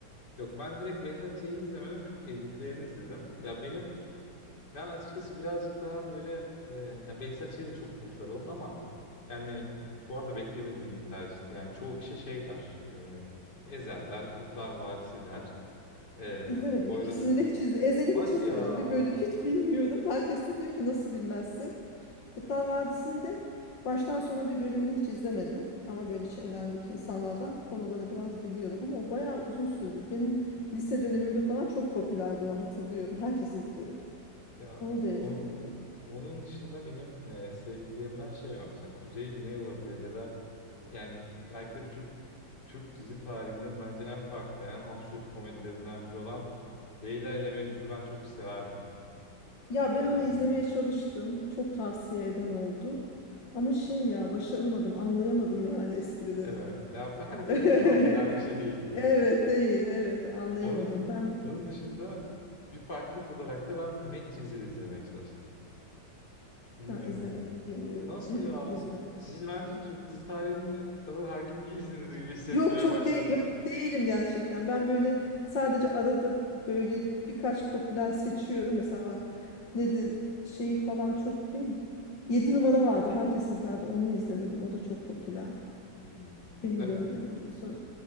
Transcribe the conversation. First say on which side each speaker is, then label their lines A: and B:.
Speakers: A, on the left; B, on the left.
A: Yok ben direkt Behzat Ç'yi izlemedim. Çok editlerini izledim. Ya benim ben açıkçası birazcık daha böyle e, ya Behzat Ç de çok popüler oldu ama Yani bu arada beklemediğim bir tercihti. Yani çoğu kişi şey der. E, Ezel der, Kurtlar Vadisi der. E,
B: İzlemedim.
A: Poyraz.
B: İkisini de hiç izle. Ezel'i
A: Hadi
B: hiç izlemedim.
A: ya.
B: Bir bölüm hiç bilmiyorum. Herkes de diyor ki nasıl bilmezsin. Kurtlar Vadisi'ni de baştan sona bir bölümünü hiç izlemedim. Ama böyle çevremdeki insanlardan konuları biraz biliyorum. Ama o bayağı uzun sürdü. Benim lise
A: Hı.
B: dönemimde falan çok popülerdi o hatırlıyorum. Herkes izliyordu.
A: Ya
B: Onu da izlemedim.
A: onun onun dışında benim e, sevdiklerimden şey var. Mesela Kuzey Güney olabilir ya da yani belki de Türk Türk dizi tarihinin bence en farklı, en absürt komedilerinden biri olan Leyla ile Mecnun'u ben çok severdim.
B: Ya
A: E,
B: ben onu izlemeye çalıştım. Çok tavsiye eden oldu. Ama şey ya başaramadım, anlayamadım yani esprileri.
A: evet. Ya bu herkese
B: <laughs>
A: hitap eden bir şey değil ya.
B: Evet değil evet anlayamadım
A: O- Onun,
B: ben
A: onun dışında bir farklılık olarak da ben Medcezir izlemeye çalıştım. Bilmiyorum
B: ha, izlemedim
A: izlediniz
B: bilmiyorum
A: mi? Nasıl
B: Mm, mm,
A: ya?
B: izlemedim
A: Siz bence Türk dizi tarihine bu kadar hakim değilsiniz gibi hissetmeye
B: yok çok
A: başladım.
B: değil yok değilim gerçekten ben böyle sadece arada böyle birkaç popüler seçiyorum mesela bak nedir şeyi falan çok bir 7 numara vardı herkes izlerdi onu izlemedim o da çok popüler
A: Hmm.
B: benim
A: Ben-
B: dönemimde sonra